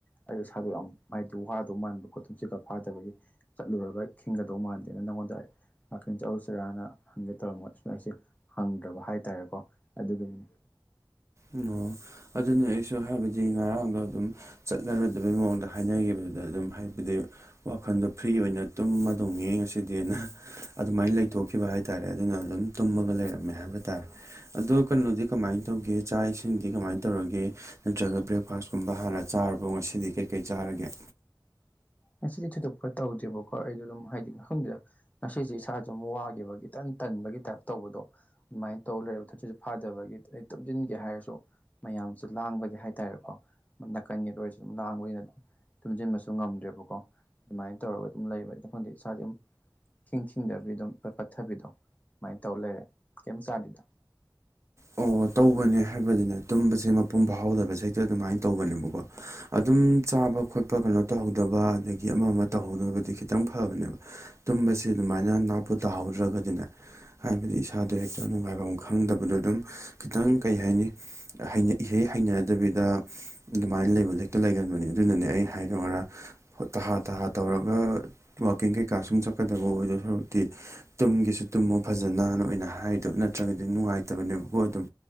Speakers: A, on the left; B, on the right.
A: ꯑꯩꯗꯣ ꯏꯁꯥꯗꯣ ꯌꯥꯝ ꯍꯥꯏꯗꯤ ꯋꯥꯗꯧ ꯃꯥꯟꯕꯀꯣ ꯇꯨꯝꯁꯤꯠꯀ ꯐꯥꯗꯕꯒꯤ ꯆꯠꯂꯨꯔꯒ ꯊꯤꯡꯒꯗꯧ ꯃꯥꯟꯗꯦꯅ ꯅꯪꯉꯣꯟꯗ ꯋꯥꯀꯤꯡ ꯆꯠꯂꯨꯁꯤꯔꯥꯅ ꯍꯪꯒꯦ ꯇꯧꯔꯝꯕ ꯁꯨꯃꯥꯏ ꯁꯤ ꯍꯪꯗ꯭ꯔꯕ ꯍꯥꯏꯇꯥꯔꯦꯀꯣ ꯑꯗꯨꯒꯤꯅꯤ
B: ꯎꯝꯑꯣ ꯑꯗꯨꯅꯦ ꯑꯩꯁꯨ ꯍꯥꯏꯕꯗꯤ ꯉꯔꯥꯡꯗꯣ ꯑꯗꯨꯝ ꯆꯠꯂꯔꯣꯏꯗꯕꯩ ꯃꯑꯣꯡꯗ ꯍꯥꯏꯅꯒꯤꯕꯗꯨꯗ ꯑꯗꯨꯝ ꯍꯥꯏꯕꯗꯤ ꯋꯥꯈꯟꯗꯣ ꯐ꯭ꯔꯤ ꯑꯣꯏꯅ ꯇꯨꯝꯃꯗꯧꯅꯦ ꯉꯁꯤꯗꯤꯅ ꯑꯗꯨꯃꯥꯏ ꯂꯩꯊꯣꯛꯈꯤꯕ ꯍꯥꯏ ꯇꯥꯔꯦ ꯑꯗꯨꯅ ꯑꯗꯨꯝ ꯇꯨꯝꯃꯒ ꯂꯩꯔꯝꯃꯦ ꯍꯥꯏꯕ ꯇꯥꯔꯦ ꯑꯗꯣ ꯀꯩꯅꯣꯗꯤ ꯀꯃꯥꯏ ꯇꯧꯒꯦ ꯆꯥꯛ ꯏꯁꯤꯡꯗꯤ ꯀꯃꯥꯏ ꯇꯧꯔꯒꯦ ꯅꯠꯇ꯭ꯔꯒ ꯕ꯭ꯔꯦꯛꯐꯥꯁꯀꯨꯝꯕ ꯍꯥꯟꯅ ꯆꯥꯔꯕꯣ ꯉꯁꯤꯗꯤ ꯀꯩꯀꯩ ꯆꯥꯔꯒꯦ
A: ꯉꯁꯤꯗꯤ ꯊꯣꯏꯗꯣꯛꯄ ꯇꯧꯗꯦꯕꯀꯣ ꯑꯩꯗꯣ ꯑꯗꯨꯝ ꯍꯥꯏꯗꯤ ꯈꯪꯗꯦꯗ ꯉꯁꯤꯖꯦ ꯏꯁꯥꯥꯖꯦ ꯑꯃꯨꯛ ꯋꯥꯒꯤꯕ ꯏꯇꯟ ꯇꯟꯕꯒꯤ ꯇꯥꯏꯞ ꯇꯧꯕꯗꯣ ꯑꯗꯨꯃꯥꯏ ꯇꯧ ꯂꯩꯔꯕ ꯊꯆꯤꯠꯁꯨ ꯐꯥꯗꯕꯒꯤ ꯑꯩ ꯇꯨꯝꯖꯤꯟꯒꯦ ꯍꯥꯏꯔꯁꯨ ꯃꯌꯥꯝꯁꯦ ꯂꯥꯡꯕꯒꯤ ꯍꯥꯏꯇꯥꯔꯦꯀꯣ ꯅꯥꯀꯟꯒꯤ ꯑꯣꯏꯔꯁꯨ ꯑꯗꯨꯝ ꯂꯥꯡꯕꯒꯤꯅꯅꯦ ꯇꯨꯝꯖꯤꯟꯕꯁꯨ ꯉꯝꯗ꯭ꯔꯦꯕꯀꯣ ꯑꯗꯨꯃꯥꯏ ꯇꯧꯔꯒ ꯑꯗꯨꯝ ꯂꯩꯕ ꯑꯩꯗꯣ ꯈꯪꯗꯦ ꯏꯁꯥꯖꯦ ꯎꯝ ꯏꯊꯤꯡ ꯊꯤꯡꯗꯕꯤ ꯑꯗꯨꯝ ꯄꯠꯄꯠꯊꯕꯤꯗꯣ ꯑꯗꯨꯃꯥꯏ ꯇꯧꯔ ꯂꯩꯔꯦ ꯀꯩꯝ ꯆꯥꯗꯤꯗꯥ
B: ꯑꯣ ꯇꯧꯕꯅꯦ ꯍꯥꯏꯕꯗꯤꯅꯦ ꯇꯨꯝꯕꯁꯦ ꯃꯄꯨꯝ ꯐꯥꯎꯍꯧꯗꯕꯁꯦ ꯍꯦꯛꯇ ꯑꯗꯨꯃꯥꯏ ꯇꯧꯕꯅꯦꯕꯀꯣ ꯑꯗꯨꯝ ꯆꯥꯕ ꯈꯣꯠꯄ ꯀꯩꯅꯣ ꯇꯧꯍꯧꯗꯕ ꯑꯗꯒꯤ ꯑꯃ ꯑꯃ ꯇꯧꯍꯧꯗꯕꯗꯤ ꯈꯤꯇꯪ ꯐꯕꯅꯦꯕ ꯇꯨꯝꯕꯁꯤ ꯑꯗꯨꯃꯥꯏꯅ ꯅꯥꯄꯨ ꯇꯥꯍꯧꯗ꯭ꯔꯒꯗꯤꯅꯦ ꯍꯥꯏꯕꯗꯤ ꯏꯁꯥꯗꯣ ꯍꯦꯛꯇ ꯅꯨꯡꯉꯥꯏꯕꯝ ꯈꯪꯗꯕꯗꯣ ꯑꯗꯨꯝ ꯈꯤꯇꯪ ꯀꯩ ꯍꯥꯏꯅꯤ ꯍꯩꯅ ꯏꯍꯩ ꯍꯩꯅꯗꯕꯤꯗ ꯑꯗꯨꯃꯥꯏꯅ ꯂꯩꯕꯗ ꯍꯦꯛꯇ ꯂꯩꯒꯟꯕꯅꯦ ꯑꯗꯨꯅꯅꯦ ꯑꯩ ꯍꯥꯏꯗꯣ ꯉꯔꯥꯡ ꯍꯣꯏ ꯇꯍꯥ ꯇꯍꯥ ꯇꯧꯔꯒ ꯋꯀꯤꯡ ꯀꯩꯀꯥ ꯁꯨꯝ ꯆꯠꯀꯗꯕ ꯑꯣꯏꯗꯣꯏ ꯁꯔꯛꯇꯤ ꯇꯨꯝꯒꯁꯨ ꯇꯨꯝꯃꯣ ꯐꯖꯅꯅ ꯑꯣꯏꯅ ꯍꯥꯏꯗꯣ ꯅꯠꯇ꯭ꯔꯒꯗꯤ ꯅꯨꯡꯉꯥꯏꯇꯕꯅꯦꯕꯀꯣ ꯑꯗꯨꯝ